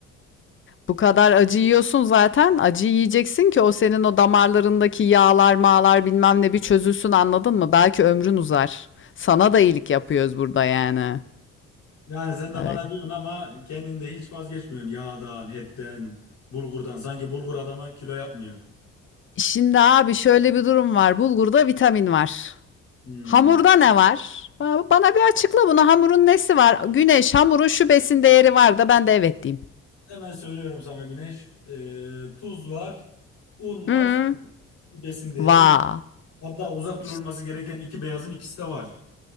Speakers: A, on the left (about 40°); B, on the left (about 65°).
A: Bu kadar acı yiyorsun zaten. Acı yiyeceksin ki o senin o damarlarındaki yağlar mağlar bilmem ne bir çözülsün anladın mı? Belki ömrün uzar. Sana da iyilik yapıyoruz burada yani.
B: yani sen de
A: Öyle.
B: bana diyorsun ama kendin de hiç vazgeçmiyorsun yağdan, etten, bulgurdan. Sanki bulgur adama kilo yapmıyor.
A: Şimdi abi şöyle bir durum var. Bulgurda vitamin var.
B: Hmm.
A: Hamurda ne var? Ba- Bana bir açıkla bunu. Hamurun nesi var? Güneş, hamurun şu besin değeri var da ben de evet diyeyim.
B: Hemen söylüyorum sana Güneş. Ee, tuz var, un
A: Hı.
B: var, su. var. Bir besin değeri
A: Va.
B: yok. Hatta uzak
A: İşte,
B: durulması gereken iki beyazın ikisi de var.